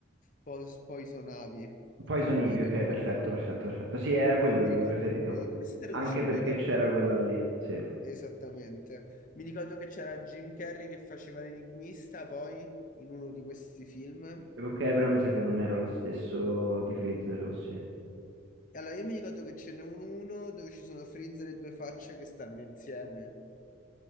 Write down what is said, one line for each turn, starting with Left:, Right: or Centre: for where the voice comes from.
Left: Pos- Poison Ivy,
Right: Poison
Left: che non mi
Right: Ivy,
Left: ricordo,
Right: ok, perfetto, perfetto, perfetto. Sì, era quello
Left: non mi
Right: il mio
Left: ricordo
Right: preferito.
Left: come, come si traduce,
Right: Anche
Left: non
Right: perché
Left: mi ricordo
Right: c'era quella lì, sì.
Left: esattamente. Mi ricordo che c'era Jim Carrey che faceva l'enigmista poi in uno di questi film.
Right: Ok, però mi sa che non era lo stesso di Freezer, o sì.
Left: E Allora, io mi ricordo che ce n'è un uno dove ci sono Freezer e due facce che stanno insieme.